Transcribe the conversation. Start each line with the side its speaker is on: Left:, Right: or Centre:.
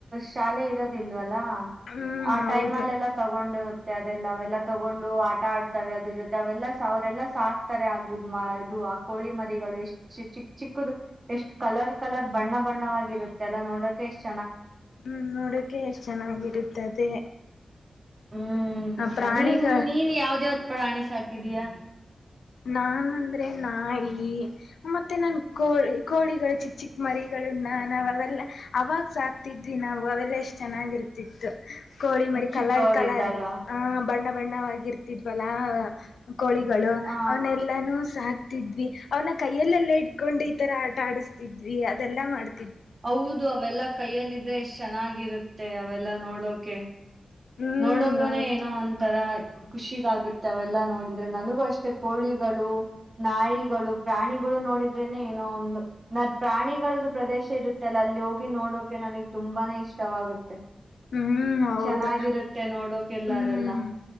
Right: ಶಾಲೆ ಇರೋದಿಲ್ವ
Left: ಹ್ಮ್
Right: ಆ
Left: ಹೌದು
Right: ಟೈಮ್ ಅಲ್ಲ ಎಲ್ಲ ತಗೊಂಡು ಮತ್ತೆ ಅದೆಲ್ಲ ಅವೆಲ್ಲ ತಗೊಂಡು ಆಟ ಆಡ್ತಾವವೆ ಅದ್ರ ಜೊತೆ ಅವೆಲ್ಲ ಅವರೆಲ್ಲಾ ಸಾಕ್ತಾರೆ ಆ ಗುಬ್ ಇದು ಕೋಳಿ ಮರಿಗಳು ಚಿಕ್ಕ ಚಿಕ್ಕದು ಎಷ್ಟು ಕಲರ್ ಕಲರ್ ಬಣ್ಣ ಬಣ್ಣವಾಗಿರುತ್ತೆ ಎಲ್ಲ ನೋಡೋಕೆ ಎಷ್ಟ
Left: ಹ್ಮ್ ನೋಡಕೆ ಎಷ್ಟ್ ಚೆನ್ನಾಗಿರುತ್ತದೆ
Right: ಹ್ಮ್
Left: ಆ ಪ್ರಾಣಿಗಳ
Right: ನೀನ್ ನೀನ್ ಯಾವ್ದೇ ಪ್ರಾಣಿ ಸಾಕಿದಿಯಾ
Left: ನಾನ ಅಂದ್ರೆ ನಾಯಿ ಮತ್ತೆ ನನ್ ಕೋಳಿ ಕೋಳಿಗಳು ಚಿ ಚಿ ಮರಿಗಳನ್ನ ನಾವ ಅವೆಲ್ಲ ಅವಾಗ ಸಾಕ್ತಿದ್ವಿ ನಾವು ಅವೆಲ್ಲ ಎಷ್ಟ್ ಚೆನ್ನಾಗಿರ್ತಿತ್ತು ಕೋಳಿ ಮರಿ
Right: ಚಿಕ್ಕವರ
Left: ಕಲರ್ ಕಲಾರ
Right: ಇದ್ದಾಗ
Left: ಆ ಬಣ್ಣ ಬಣ್ಣವಾಗಿರ್ತಿದ್ವಲ್ಲ ಕೋಳಿಗಳು
Right: ಆ
Left: ಅವನೆಲ್ಲಾನೂ ಸಾಕ್ ಅವ್ನ ಕೈಯಲ್ಲೆಲ್ಲಾ ಇಟ್ಕೊಂಡು ಈ ತರ ಆಟ ಆಡಸ್ತಿದ್ವಿ ಅದೆಲ್ಲಾ ಮಾಡ್
Right: ಹೌದು ಅವೆಲ್ಲಾ ಕೈಯಲ್ಲಿದ್ರೆ ಎಷ್ಟ್ ಚೆನ್ನಾಗಿರುತ್ತೆ ಅವೆಲ್ಲಾ ನೋಡೋಕೆ
Left: ಹ್ಮ್
Right: ನೋಡಕನ ಏನೋ ಒಂತರ ಖುಷಿಗಾಗುತ್ತೆ ಅವೆಲ್ಲಾ ನೋಡಿದ್ರೆ ನನಗೂ ಅಷ್ಟೇ ಕೋಳಿಗಳು ನಾಯಿಗಳು ಪ್ರಾಣಿಗಳು ನೋಡಿದ ಏನೋ ಒಂದು ನನ್ನ ಪ್ರಾಣಿಗಳ್ದ ಪ್ರದೇಶ ಇರುತ್ತೆ ಅಲ್ಲ ಅಲ್ಲಿ ಹೋಗಿ ನೋಡೋಕೆ ನನಗ್ ತುಂಬಾನೇ ಇಷ್ಟವಾಗುತ್ತೆ
Left: ಹ್ಮ್ ಹೌದು
Right: ಚೆನ್ನಾಗಿರುತ್ತೆ ನೋಡೋಕೆಲ್ಲ
Left: ಹ್ಮ್
Right: ಅದೆಲ್ಲ